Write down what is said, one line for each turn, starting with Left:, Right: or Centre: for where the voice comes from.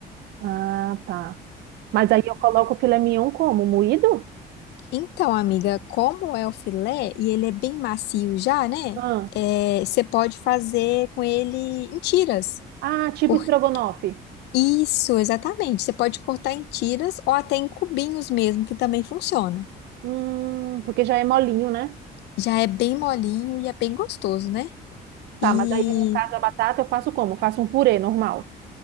Right: ah, tá. Mas aí eu coloco o filé mignon como? Moído?
Left: Então, amiga, como é o filé e ele é bem macio já, né?
Right: Ah,
Left: É, você pode fazer com ele em tiras.
Right: ah, tipo
Left: Por
Right: estrogonofe.
Left: isso, exatamente. Você pode cortar em tiras ou até em cubinhos mesmo, que também funciona.
Right: Hum, porque já é molinho, né?
Left: Já é bem molinho e é bem gostoso, né?
Right: Tá,
Left: E
Right: mas aí no caso a batata eu faço como? Eu faço um purê normal.